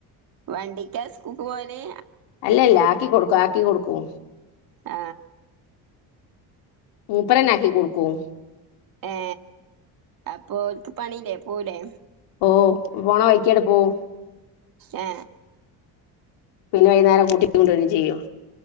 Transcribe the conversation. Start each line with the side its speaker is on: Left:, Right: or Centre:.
Right: വണ്ടിക്കെ സ്കൂൾക്ക് പോകല്
Left: അല്ലല്ല ആക്കി കൊടുക്കും ആക്കി കൊടുക്കും. ഉം
Right: ആ
Left: മൂപ്പരന്നെ ആക്കി കൊടുക്കും.
Right: ഏ അപ്പോൽക്ക് പണീല്ലേ? പോവൂലെ?
Left: ഓ പോണ വഴിക്കട് പോം
Right: ആ
Left: പിന്നെ വൈകുന്നേരം കൂട്ടി കൊണ്ടു വര്വേം ചെയ്യും.